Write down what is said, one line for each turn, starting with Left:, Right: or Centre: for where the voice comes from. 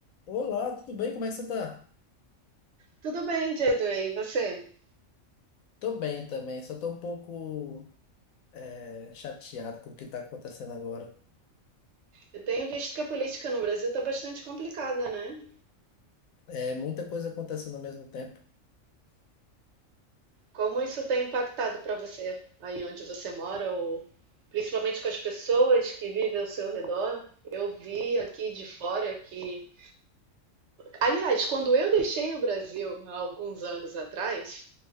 Left: Olá, tudo bem? Como é que você tá?
Right: Tudo bem, Diego, e você?
Left: Tô bem também, só tô um pouco é, chateado com o que tá acontecendo agora.
Right: Eu tenho visto que a política no Brasil está bastante complicada, né?
Left: É muita coisa acontecendo ao mesmo tempo.
Right: Como isso tem impactado para você aí onde você mora, ou principalmente com as pessoas que vivem ao seu redor? Eu vi aqui de fora que Aliás, quando eu deixei o Brasil há alguns anos atrás,